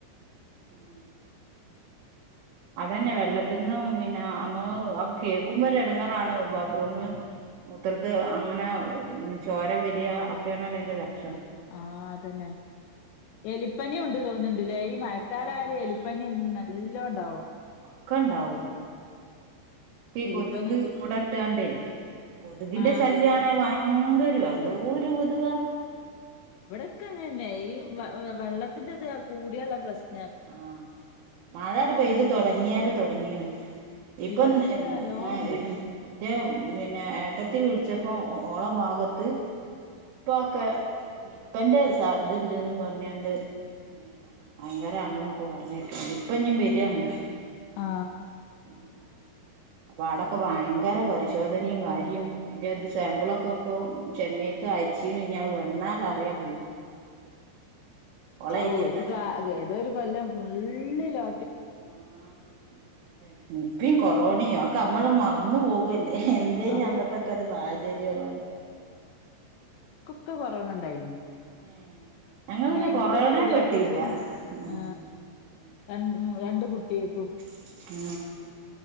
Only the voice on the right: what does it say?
ഉം <unintelligible> അതുതന്നെവെള്ളത്തിന്നും പിന്നെ അമ്മ അ കേക്കുമ്പോ ഒരു എടുങ്ങറാണ് ബാത്റൂം മൂത്രത്തിൽ അങ്ങനെ ചോര വരികഒക്കെയണല്ലോ എന്റെ ലക്ഷണം
ആഹ് ഇനി
ക്കണ്ടാവും ഇപ്പ ഈ
കൊത്ക് മുട്ട ഇട്ടാണ്ട് കൊത്കിന്റെ
ശല്യാണെ
വയ ന്തൊരു എന്തോര് കൊത്കാ
ആ മഴാട്‌ പെയ്ത് തൊടങ്ങിയാരെ തൊ ട്ങ്ങീണ് ഇപ്പം
ന്ന്
ഞ <unintelligible> ന്റെ പിന്നെ ഏട്ടത്തി വിൾച്ചപ്പോ ഒ ഓളെ ഭാഗത്ത്‌ നിപ്പ ഒക്കെ നിപ്പന്റെ സാധ്ണ്ട് ന്നും പറഞ്ഞാണ്ട് പിന്നെ വയൻ <unintelligible> പറഞ്ഞെട്ട് നിപ്പ ഞ്ഞും വരാണ്
ഉം അപ്പൊ ആടൊക്കെ ഭയങ്കര പരിശോധനിയും കാര്യം അയിന്റെ ഇത് സാമ്പിൾ ഒക്കെ ഇപ്പൊ ചെന്നൈയിക്ക് അയച്ചിണ് ഇഞ്ഞ് അഹ്‌ വന്നാലറിയ ഓളെ
ഏരിയത്തെ
ആ നിപ്പന്റെ നിപ്പേം കൊറോണേ ഒക്കെ മ്മള മർന്ന് പോവ് ല്ലെ എന്തേനി
അന്നതൊക്കെ ഒരു സാഹചര്യ <unintelligible>
ഏഹ് ഞങ്ങള്
പിന്നെ
കൊറോണേ
പെട്ടില്ല ആഹ്
<inaudible> ആ